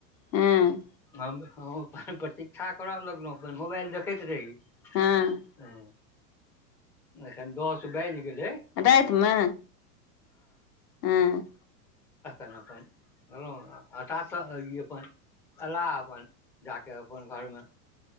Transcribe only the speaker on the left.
हँ।
हँ
रातिमे? हँ।